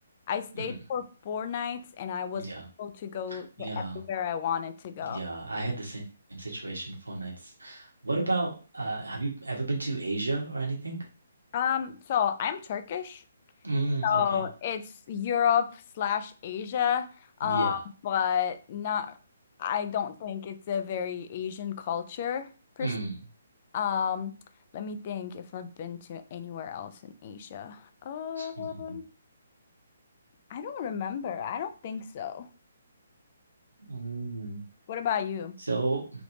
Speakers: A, on the left; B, on the right.
A: I stayed
B: mm,
A: for four nights and I was
B: yeah,
A: able to go
B: yeah,
A: to everywhere I wanted to go.
B: yeah. I had the same situation, four nights. What about, uh, have you ever been to Asia or anything?
A: Um, so I'm Turkish.
B: Mm, okay.
A: Oh, it's Europe slash Asia, um,
B: Yeah.
A: but not, I don't think it's a very Asian culture per
B: Mm.
A: se. Um, let me think if I've been to anywhere else in Asia. Um,
B: <laughs>
A: I don't remember. I don't think so.
B: Mm.
A: What about you?
B: So,